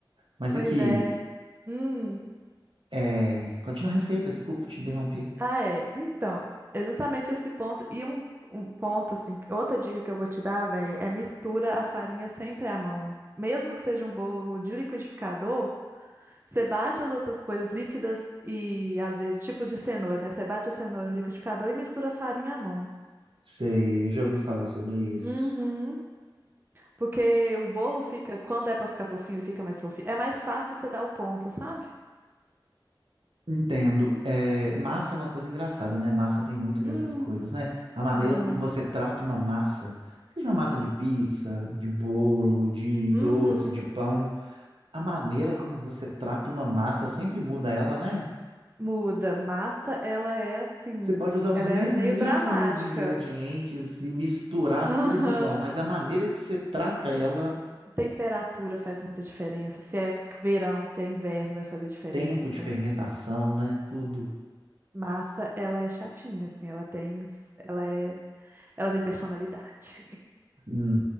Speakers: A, on the right (about 80°); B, on the right (about 25°).
A: Mas
B: Pois
A: aqui,
B: é. Hum.
A: é... continua a receita, desculpa, te interrompi.
B: Ah, é. Então, é justamente esse ponto. E um, um ponto, assim, outra dica que eu vou te dar, velho, é mistura a farinha sempre à mão. Mesmo que seja um bolo de liquidificador. Você bate as outras coisas líquidas e, às vezes, tipo de cenoura, né? Você bate a cenoura no liquidificador e mistura a farinha à mão.
A: Sei, eu já ouvi falar sobre isso.
B: Uhum. Porque o bolo fica, quando é pra ficar fofinho, ele fica mais fofinho. É mais fácil você dar o ponto, sabe?
A: Entendo. É, massa é uma coisa engraçada, né? Massa tem muito dessas
B: Hum,
A: coisas, né? A maneira
B: muito.
A: como você trata uma massa, seja uma massa de pizza, de bolo, de doce,
B: Uhum.
A: de pão, a maneira como você trata uma massa sempre muda ela, né?
B: Muda. Massa, ela é assim,
A: Você pode usar os
B: ela
A: mesmíssimos
B: é meio dramática.
A: ingredientes e misturar
B: Aham.
A: tudo igual, mas a maneira que você trata ela,
B: Temperatura faz muita diferença. Se é verão, se é inverno, vai fazer diferença.
A: tempo de fermentação, né? Tudo.
B: Massa, ela é chatinha, assim, ela tem, ela é, ela tem personalidade.
A: Hum.